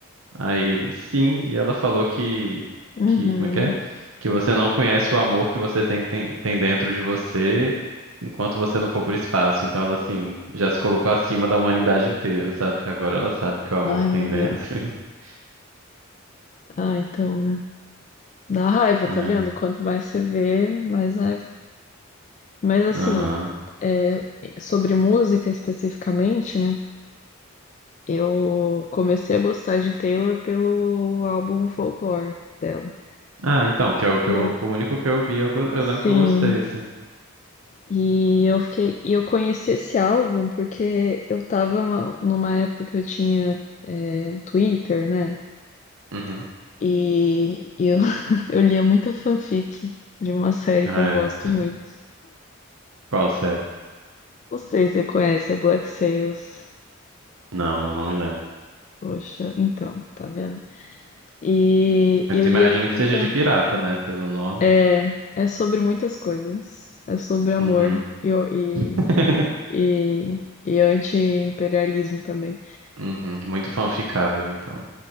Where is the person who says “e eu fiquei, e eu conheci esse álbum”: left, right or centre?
Left